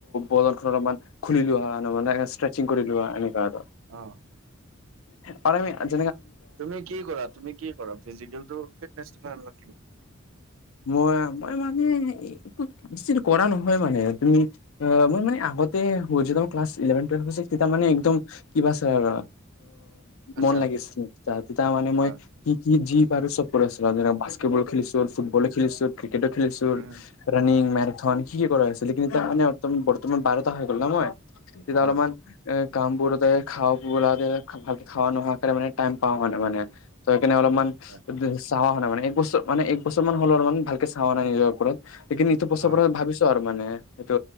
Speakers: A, on the left; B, on the right.
A: বদন খ অলপমান খুলি লোৱা হয়। মানেষ্ট্ৰেচিং কৰি লোৱা এনেকা আৰু
B: অ
A: পমি <unintelligible>
B: তুমি কি কৰা তুমি কি কৰা ফিজিকেল ফনে ভ লখ
A: মই মই মানে ব কৰা নহয় মানে তুমি অ মই মানে আগতে হয়তো ক্লাছ ইলেভেন টুৱেলভ পাছত তেতিয়া মানে একদম কিবা আছে আৰু।
B: আচ্ছা
A: মন লাগিছিল তে তেতিয়া মানে
B: হয়
A: মই কি কি যি বাৰ চব আছিল বাস্কেটবল বলো খেলিছো, ফুটবলো খেলিছো, ক্ৰিকেটো খেলিছো,
B: উম
A: ৰানিং মেন। ধ কি কি কৰা হৈছিলে কিন্তু এতিয়া মানে বৰ্তমান বাৰটা হৈ গ'ল ন মই তেতিয়া
B: হয়
A: অলপমান এ কামবোৰ খা ভালকে খোৱা নোহোৱা কাৰনে মানে টাইম পাওঁ মানে মানে ত। এনে অলপমান
B: হয়
A: চাও মানে এক বছৰ মানে এক বছৰ মান। মানে ভালকে চোৱা নাই নিজৰ ওপৰত সেই লেকিন এইটো বছৰপৰা
B: অ
A: ভাবিছো আৰু মানে। এইটো